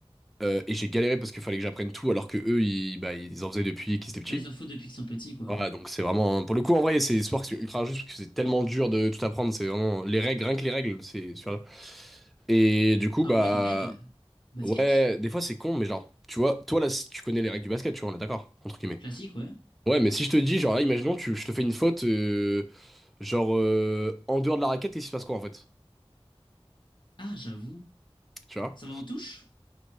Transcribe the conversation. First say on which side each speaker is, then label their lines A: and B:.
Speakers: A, in the centre; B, on the left (about 50°).
A: euh, et j'ai galéré parce qu'il fallait que j'apprenne tout alors que eux ils, bah, ils en faisaient depuis qu'ils étaient petits.
B: Bah, ils en font depuis qu'ils sont petits, quoi.
A: Ouais, donc c'est vraiment. Pour le coup, en vrai, c'est sport que c'est ultra juste parce que c'est tellement dur de tout apprendre. C'est vraiment les règles, rien que les règles, c'est sur là. Et du coup,
B: Ah
A: bah.
B: ouais, les règles? Basket?
A: Ouais, des fois c'est con, mais genre, tu vois, toi là, si tu connais les règles du basket, tu vois, on est d'accord, entre guillemets.
B: Classique, ouais.
A: Ouais, mais si je te dis, genre là, imaginons, tu, je te fais une faute, euh, genre, euh, en dehors de la raquette, et il se passe quoi en fait?
B: Ah, j'avoue.
A: Tu vois?
B: Ça va en touche?